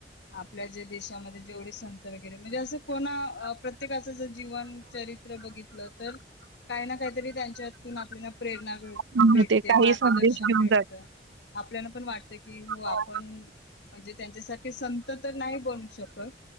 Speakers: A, on the left; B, on the right.
A: आपल्या ज्या देशामध्ये जेवढे संत त वगैरे म्हणजे असं कोणा प्रत्येकाचं जर जीवन चरित्र बघितल तर काही ना काहीतरी त्यांच्यातून आपल्याना प्रेरणा मिळते.
B: म्हणजे
A: भेटते
B: ते काही
A: मार्गदर्शन
B: संदेश घेऊन
A: भेटत आपल्याला. पण वाटत की
B: जातात.
A: हो आपण म्हणजे त्यांच्यासारखे संत तर नाही बनू शकत.